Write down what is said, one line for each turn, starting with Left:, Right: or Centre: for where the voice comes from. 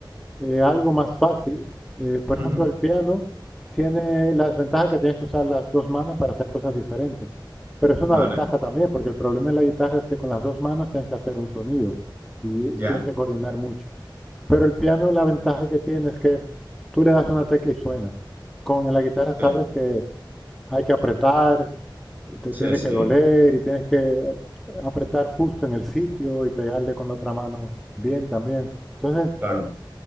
Centre: eh, algo más fácil, eh, por
Right: Ujú.
Centre: ejemplo, el piano tiene la desventaja que tienes que usar las dos manos para hacer cosas diferentes. Pero es
Right: Vale.
Centre: una ventaja también, porque el problema en la guitarra es que con las dos manos tienes que hacer un sonido y, y
Right: Ya.
Centre: tienes que coordinar mucho. Pero el piano, la ventaja que tiene es que tú le das una tecla y suena. Con la guitarra sabes
Right: Sí.
Centre: que hay que apretar, te, te
Right: Sí,
Centre: tiene
Right: sí.
Centre: que doler y tienes que apretar justo en el sitio y pegarle con la otra mano bien también. Entonces,
Right: Claro.